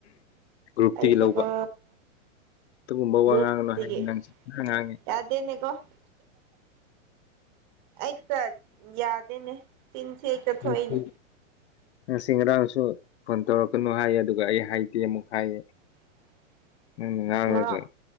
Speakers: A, on the left; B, on the right.
A: ꯒ꯭ꯔꯨꯞꯇꯒꯤ
B: ꯑꯩꯁꯦꯀꯣ
A: ꯂꯧꯕ ꯑꯗꯨꯒꯨꯝꯕ
B: ꯒ꯭ꯔꯨꯞꯇꯒꯤ
A: ꯋꯥ ꯉꯥꯡꯅꯣ ꯍꯥꯏꯌꯦ ꯅꯪ ꯉꯥꯡꯉꯤ
B: ꯌꯥꯗꯦꯅꯦꯀꯣ ꯍꯛꯇ ꯌꯥꯗꯦꯅꯦ ꯆꯤꯟꯁꯦ ꯍꯦꯛꯇ
A: ꯎꯝ
B: ꯊꯣꯛꯏꯅꯦ
A: ꯉꯁꯤ ꯉꯔꯥꯡꯁꯨ ꯐꯣꯟ ꯇꯧꯔꯛꯀꯅꯨ ꯍꯥꯏꯌꯦ ꯑꯗꯨꯒ ꯑꯩ ꯍꯥꯏꯗꯦ ꯑꯃꯨꯛ ꯍꯥꯏꯌꯦ
B: <unintelligible>
A: ꯅꯪꯅ ꯉꯥꯡꯔꯒ
B: ꯉꯔꯥꯡ